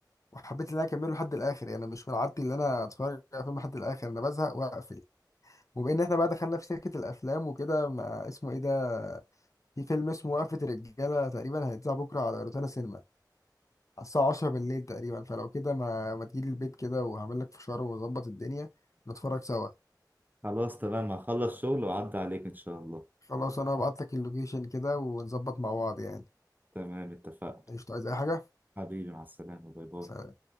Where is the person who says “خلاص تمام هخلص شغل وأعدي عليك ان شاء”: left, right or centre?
Right